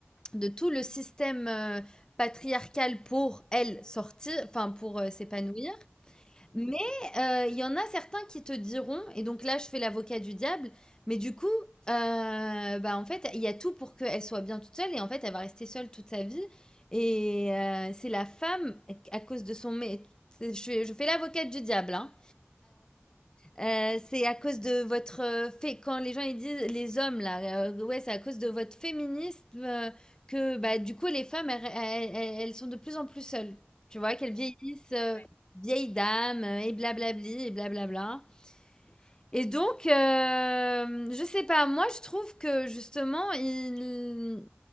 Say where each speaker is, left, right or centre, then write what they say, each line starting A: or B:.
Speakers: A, on the left; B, on the left.
A: de tout le système, heu, patriarcal pour elle sortir enfin, pour, heu, s'épanouir.
B: mhm.
A: Mais heu, il y en a certains qui te diront et donc là, je fais l'avocat du diable, mais du coup, heu, bah, en fait, il y a tout pour qu'elle soit bien toute seule et en fait, elle va rester seule toute sa vie et heu, c'est la femme, à cause de son mé c'est je fais je fais l'avocate du diable, hein. Euh, c'est à cause de votre euh, fait quand les gens ils disent les hommes là euh, ouais c'est à cause de votre féminisme euh, que bah du coup les femmes elles, elles- elles- elles sont de plus en plus seules tu vois qu'elles
B: Ouais,
A: vieillissent euh,
B: ouais,
A: vieilles dames euh, et blablabli et blablabla et donc euh, je sais pas moi je trouve que justement il